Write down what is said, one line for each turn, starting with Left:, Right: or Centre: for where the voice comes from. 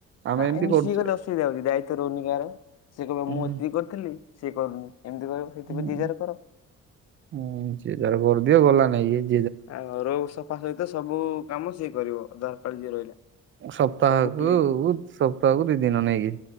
Right: ଆମେ
Left: ନାଇଁ
Right: ଏମିତି
Left: ମିଶିକି
Right: କରୁଛେ।
Left: କଲେ ଅସୁବିଧା ହଉଚି। ଦାୟିତ୍ୱ ରହୁନି କାହାର। ସେ କହିବ
Right: ହୁଁ
Left: ମୁଁ ଏତିକି କରିଥିଲି, ସିଏ କରୁନି ଏମିତି କହିବ। ସେଇଥିପାଇଁ
Right: ହୁଁ
Left: ଯିଏ ଯାର କର।
Right: ହୁଁ ସେ ତାର କରିଦିଅ ଗଲା ନାଇଁ କି?
Left: ଆ ଘର ସଫା ସହିତ ସବୁ କାମ ସିଏ କରିବ ଯାର ପାଳି ଯିଏ ରହିଲା।
Right: ସପ୍ତାହକୁ
Left: ସବୁ କ୍ଲିନ
Right: ଉ ସପ୍ତାହକୁ ଦି ଦିନ ନେଇକି?